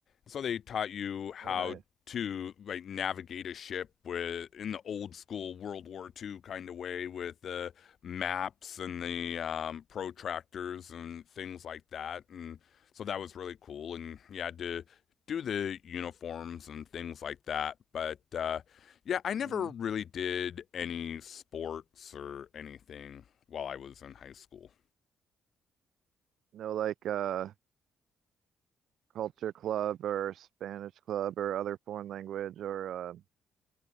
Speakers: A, on the left; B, on the right.
A: So they taught you how
B: Oh, nice.
A: to like navigate a ship with in the old school World War Two kind of way with the maps and the um, protractors and things like that. And so that was really cool. And you had to do the uniforms and things like that. But uh, yeah, I never
B: hmm
A: really did any sports or anything while I was in high school.
B: No, like uh, culture club or Spanish club or other foreign language or uh,